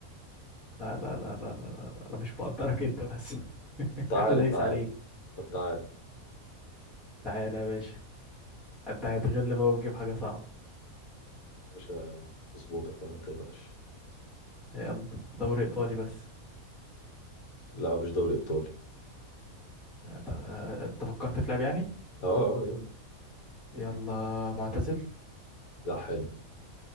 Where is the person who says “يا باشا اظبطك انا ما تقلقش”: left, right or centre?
Left